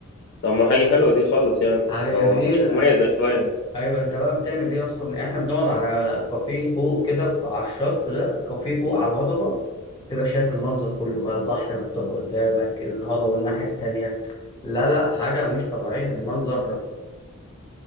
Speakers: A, on the left (about 50°); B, on the left (about 20°).
A: طب ما حاجه حلوه دي خالص يعني
B: حاجة جميلة
A: او حاجه مميزه شويه
B: ايوه انت بقى بتعمل ايه اصلا يعني احنا بنقعد على كافيه فوق كده ف- على الشط ده كافيه فوق على الهضبة تبقى شايف المنظر كله بقى البحر مفتوح قدامك الهضبة الناحية التانية لا لا حاجة مش طبيعية منظر